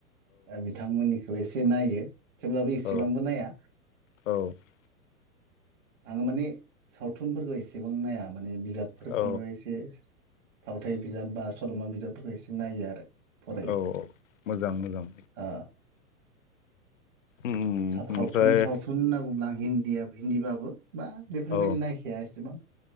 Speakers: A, on the right; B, on the left.
A: बिथांमोननि एसे नायो। थेवब्लाबो एसेबांबो
B: औ
A: नाया।
B: औ
A: आङो माने सावथुनफोरखौ एसेबां नायामोन। माने बिजाबफोरखौनो
B: औ
A: एसे फावथाय बिजाब बा सल'मा बिजाबफोरखौ एसे नायो आरो फरायो
B: औ औ मोजां मोजां।
A: ओ <unintelligible>
B: उम
A: सावथुन
B: ओमफ्राय
A: होनना बुंला आं हिन्दीया हिन्ददिबाबो। बा बेफोरबायदि
B: औ
A: नायखाया एसेबां।